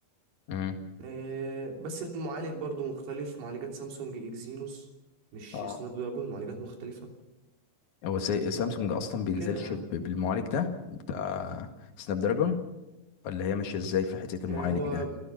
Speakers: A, on the left; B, on the right.
A: امم
B: آه، بس المعالج برضو مختلف معالجات سامسونج اكزينوس مش
A: اه
B: سناب دراجون معالجات مختلفة
A: هو سا- سامسونج اصلا بينزلش
B: كده يعني
A: ب- بالمعالج ده بتاع سناب دراجون ولا هي ماشيه ازاي في حته المعالج
B: آه، هو
A: ده